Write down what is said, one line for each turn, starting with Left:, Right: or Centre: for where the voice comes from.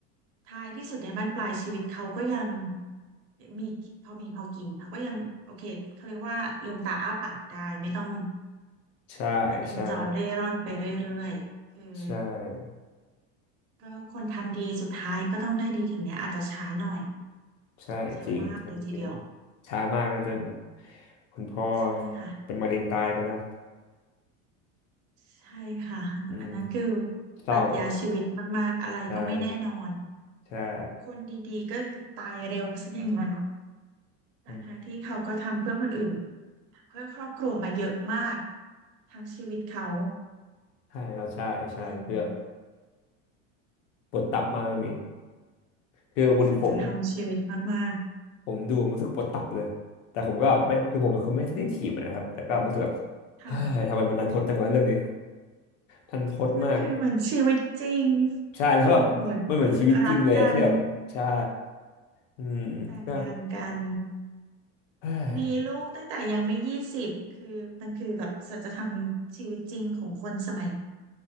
Right: ท้ายที่สุดในบั้นปลายชีวิตเขาก็ยังมีพอมีพอกินเขาก็ยังโอเคเขาเรียกว่าลืมตาอ้าปากได้ไม่ต้อง
Left: ใช่ใช่
Right: พเนจรเร่ร่อนไปเรื่อยๆคือ
Left: ใช่ใช่
Right: ก็คนทำดีสุดท้ายก็ต้องได้ดีถึงแม้อาจจะช้าหน่อย
Left: ใช่จริงครับจริง
Right: ช้ามากเลยทีเดียว
Left: ช้ามากเลยจนคุณพ่อ
Right: ใช่ค่ะ
Left: เป็นมะเร็งตายไปแล้ว
Right: ใช่ค่ะอันนั้นคือ
Left: อืมเศร้า
Right: ปรัชญาชีวิตมากๆอะไรก็ไม่แน่นอน
Left: ใช่ใช่
Right: คนดีๆก็ตายเร็วซะอย่างนั้นทั้งๆที่เขาก็ทำเพื่อคนอื่น
Left: ใ
Right: เพื่อครอบครัวมาเยอะมากทั้งชีวิตเขา
Left: ช่ครับใช่ใช่คือแบบ
Right: เป็น
Left: ปวดตับมากเรื่องนี้คือปกติผม
Right: เป็นสัจธรรมชีวิตมาก
Left: ผมดูผมรู้สึกปวดตับเลยแต่ผมก็ไม่คือผมเป็นคนไม่เซนซีฟนะครับแต่ก็รู้สึกแบบ
Right: ๆค่ะ
Left: เฮ้ยทำไมมันรันทดจังวะเรื่องนี้ทันทดมาก
Right: มันคือเหมือนชีวิตจริง
Left: ใช่แล้วแบบมันเหมือนชีวิตจริงเลยอะที่แบบใช่
Right: ที่เขาโอดรักกัน
Left: อืมก็
Right: แต่งงานกัน
Left: เฮ้ย
Right: มีลูกตั้งแต่ยังไม่ยี่สิบคือมันคือแบบสัจธรรมชีวิตจริงของคนสมัย